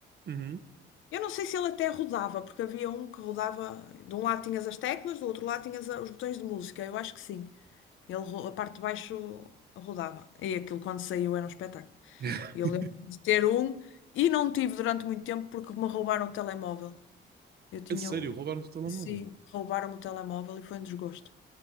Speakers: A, on the right (about 50°); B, on the left (about 80°).
A: Uhum.
B: Eu não sei se ele até rodava, porque havia um que rodava, de um lado tinhas as teclas, do outro lado tinhas a- os botões de música, eu acho que sim. Ele, ro- a parte de baixo rodava. E aquilo quando saiu era um espetáculo.
A: <laughs>
B: Eu lembro de ter um e não tive durante muito tempo porque me roubaram o telemóvel. Eu tinha
A: A sério,
B: o.
A: roubaram-te o telemóvel.
B: Sim, roubaram-me o telemóvel e foi um desgosto